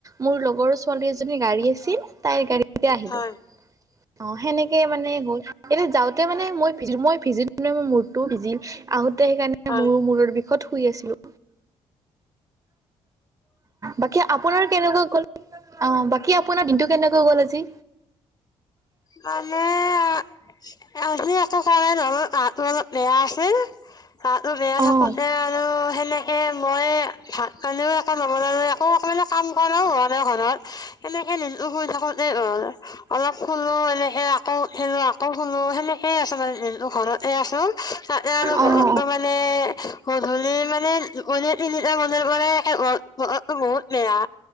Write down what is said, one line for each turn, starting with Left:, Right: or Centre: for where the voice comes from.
Right: মোৰ লগৰ ছোৱালী এজনী গাড়ী আছিল তাইৰ গাড়ী এতিয়া আহিলো
Left: হয়।
Right: অ', সেনেকে মানে হ'ল এতিয়া যাওঁতে মানে মই ভি মই ভিজিলে মই মূৰটো ভিজিল আহো সেইকাৰণে
Left: হয়,
Right: মোৰো মূৰৰ বিষত ছিলোঁ বাকী আপোনাৰ কেনেকুৱা গল? অ', বাকী আপোনাৰ দিনটো, কেনেকোৱা গ'ল আজি?
Left: মানে, আ আজি একো <unintelligible> বেয়া আছিল, গাটো বেয়া
Right: অ'
Left: থাকোঁতে আৰু সেনেকে মই ভাত পানীও একো নবনালো, আকৌ অকণমান কাম বনও কৰাও নাই ঘৰত, সেনেকে নিলো শুই থাকোঁতে। <unintelligible> অলপ শুলো, এনেকে আকৌ শু, আকৌ শুলো সেনেকেইে আছো মানে, ঘৰতে আছো। তাতে আৰু
Right: অ'
Left: বহতো মানে গধূলি মানে। <unintelligible> মন্দিৰ পৰা <unintelligible> বহুত বেয়া,